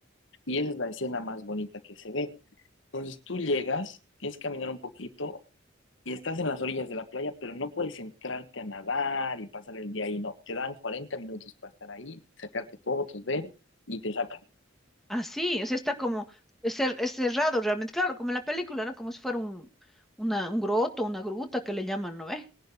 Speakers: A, on the left; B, in the centre.
A: y esa es la escena más bonita que se ve. Entonces tú llegas, tienes que caminar un poquito y estás en las orillas de la playa, pero no puedes entrarte a nadar y pasar el día ahí, no. Te dan 40 minutos para estar ahí, sacarte fotos, ver y te sacan.
B: Así, o sea, está como es cer- es cerrado realmente, claro, como en la película, ¿no? Como si fuera un, una, un groto, una gruta que le llaman, ¿no? ve